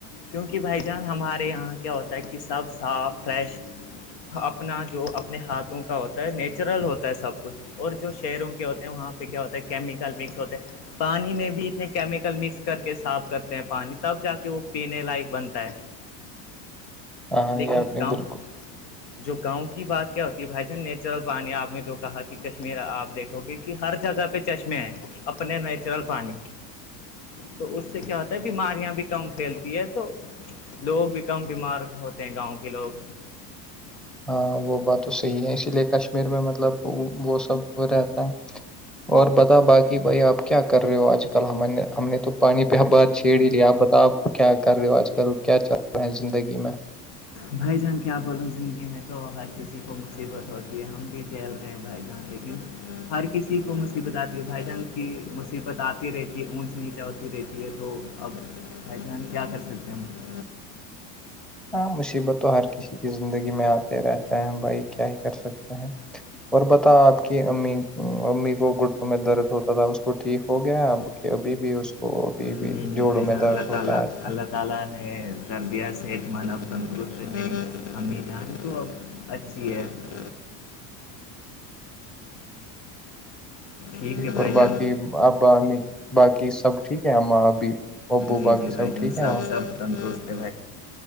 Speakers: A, on the left (about 80°); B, in the centre.
A: کیونکہ بھائی جان ہمارے یہاں کیا ہوتا ہے کہ سب صاف فریش اپنا جو اپنے ہاتھوں کا ہوتا ہے نیچرل ہوتا ہے سب کچھ اور جو شہروں کے ہوتے ہیں وہاں پہ کیا ہوتا ہے کیمیکل مکس ہوتے ہیں پانی میں بھی اتنے کیمیکل مکس کر کے صاف کرتے ہیں پانی تب جا کے وہ پینے لائق بنتا ہے
B: ہاں
A: لیکن
B: یہ آپ نے
A: گاؤں
B: بالکل
A: جو گاؤں کی بات کیا ہوتی ہے بھائی جان نیچرل پانی آپ نے جو کہا کہ کشمیر آپ دیکھو گے کہ ہر جگہ پہ چشمے ہیں اپنے نیچرل پانی تو اس سے کیا ہوتا ہے بیماریاں بھی کم پھیلتی ہے تو لوگ بھی کم بیمار ہوتے ہیں گاؤں کے لوگ
B: ہاں وہ بات تو صحیح ہے اسی لیے کشمیر میں مطلب وہ سب رہتا ہے اور بتا باقی بھائی آپ کیا کر رہے ہو آج ک کل ہم ہم نے تو پانی پہ بد چھیڑ ہی لیا آپ بتا آپ کیا کر ریوج کرو کیا چل اپنی زندگی میں
A: بھائی جان کیا بولوں زندگی میں تو ہر چیز کسی کو مصیبت ہوتی ہے ہم بھی جیل رہے ہیں بھائی جان لیکن ہر کسی کو مصیبت آتی ہے بھائی جان کی مصیبت آتی رہتی ہے اونچ نیچا ہوتی رہتی ہے تو اب پہچان کیا کر سکتے ہیں ہم
B: ہاں مصیبت تو ہر کسی کی زندگی میں آتے رہتے ہیں بھائی کیا ہی کر سکتے ہیں اور بتا آپ کی امی امی کو گٹوں میں درد ہوتا تھا اس کو ٹھیک ہو گیا اب کہ ابھی بھی اس کو ابھی بھی
A: نہیں بھائی
B: جوڑوں
A: جان
B: میں درد ہوتا ہے آج کل
A: اللہ تعالی نے کر دیا صحت مند تندرست ہے میری امی جان کو <unintelligible> ٹھیک ہے بھائی
B: اور باقی
A: جان
B: ابا امی باقی سب ٹھیک ہے اما ابھی ابو
A: جی
B: باقی
A: جی بھائی
B: سب
A: جان
B: ٹھیک
A: انسب
B: ہے وہاں
A: سب تندرست